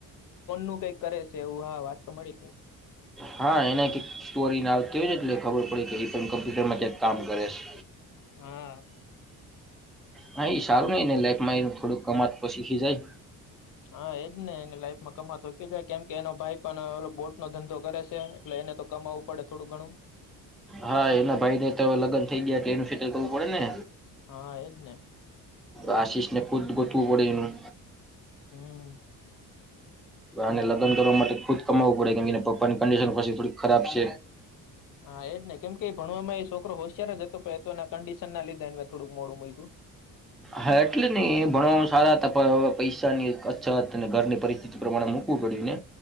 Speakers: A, on the left; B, in the centre.
A: શું કઈક કરે છે. એવું હા વાત તો મળીતી.
B: હા એને કક સ્ટોરી ના આવતી હોય ને એટલે ખબર પડી કે એ પણ કમ્પ્યુરમાં ક્યાંક કામ કરે છે.
A: હા.
B: હા એ સારું નહ એ લાઈફમાં એનું થોડુંક કમાત તો શીખી જાય.
A: હા એજ ને એને લાઈફમાં કમા થકી જાય. કેમ કે એનો ભાઈ પણ બોટ નો ધંધો કરે છે. એટલે એને તો કમાવવું પડે થોડું ઘણું
B: હા એના ભાઈ ને તો લગ્ન થઈ ગયા. એટલે એનું સેટલ કરવું પડે ને.
A: હા એજ નને.
B: આશિષને ખુદ ગોતું પડેનું.
A: હમ્મ.
B: ને લગ્ન કરવા માટે ખુદ કમાવું પડે કેમ પપ્પાની કંડિશની થોડી ખરાબ છે.
A: હા એજ નહી કેમ કે ભણવામાં એ છોકરો હો સર જ તો એ તોના કંડિશન ના લીધે એને થોડુંક મોડું મૂક્યું.
B: હા એટલે નહી એ ભણવામાં સારા હતા. પણ હવે પૈસાની અછત અને ઘરની પરિસ્થિતિ પ્રમાણે મૂકવું પડ્યું ને